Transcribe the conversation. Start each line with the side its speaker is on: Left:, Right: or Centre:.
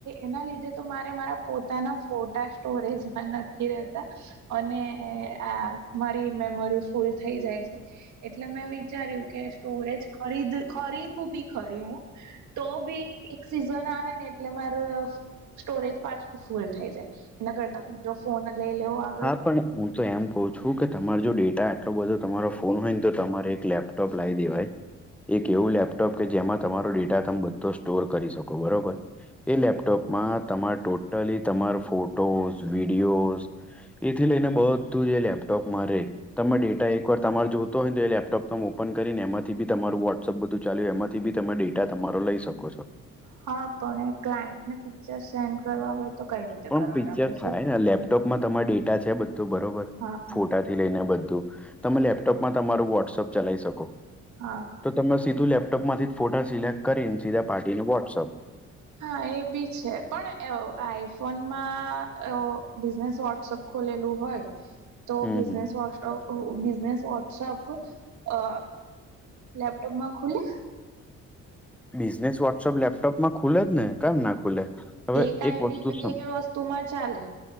Right: એના લીધે તો મારે મારા પોતાના, ફોટા સ્ટોરેજમાં નથી રહેતા, અને આ. મારી મેમરી ફૂલ થઈ જાય છે, એટલે મેં વિચાર્યું કે સ્ટોરેજ. ખરીદ ખરીદું બી ખરી હું તો બી, સિઝન આવે ને એટલે માર. સ્ટોરેજ પાછું ફૂલ થઈ જાય, એના કરતા બીજો ફોન જ લઈ લેવો. આગળ
Centre: હા
Right: પડે.
Centre: પણ, હું તો એમ કવ છું કે તમાર જો ડેટા આટલો બધો તમારો ફોન હોય ને તો તમારે એક લેપટોપ લાવી દેવાય. એક એવું લેપટોપ કે જેમાં તમારો ડેટા તમે બધો સ્ટોર કરી શકો. બરોબર! એ લેપટોપમાં તમારે ટોટલી તમાર ફોટોઝ, વિડીયોઝ, એથી લઈને બધું જ એ લેપટોપમાં રેય, તમે ડેટા એકવાર, તમારે જોતો હોય તો એ લેપટોપ તમેં ઓપન કરીને એમાંથી બી તમારું વોટ્સઅપ બધું ચાલ્યું. એમાંથી બી તમે ડેટા તમારો લઈ શકો. છો <inaudible>
Right: હા, પણ એ ક્લાયન્ટ ને પિક્ચર સેન્ડ કરવા હોય તો કઈ રીતે?
Centre: પણ
Right: કરવાના
Centre: પિક્ચર
Right: પછી
Centre: થાય ને લેપટોપમાં તમારે ડેટા છે. બધું બરોબર
Right: હા હા
Centre: ફોટા. થી લઈને બધું તમે લેપટોપમાં તમારું વોટ્સઅપ ચલાવી શકો.
Right: હા,
Centre: તો તમે સીધું લેપટોપમાંથી જ ફોટા સિલેક્ટ કરીને સીધા પાર્ટીને વોટ્સઅપ.
Right: હા એ બી છે પણ આઈફોનમાં! બિઝનેસ વોટ્સઅપ ખોલેલું હોય. તો
Centre: હમ
Right: બિઝનેસ
Centre: હમ
Right: વોટ બિઝનેસ વોટ્સઅપ અ લેપટોપ માં ખુલે?
Centre: બિઝનેસ વોટ્સઅપ લેપટોપ માં ખુલે જ ને, કેમ ના ખુલે! હવે
Right: એક આઈડી
Centre: વસ્તુ
Right: બે
Centre: સમ
Right: વસ્તુ માં ચાલે.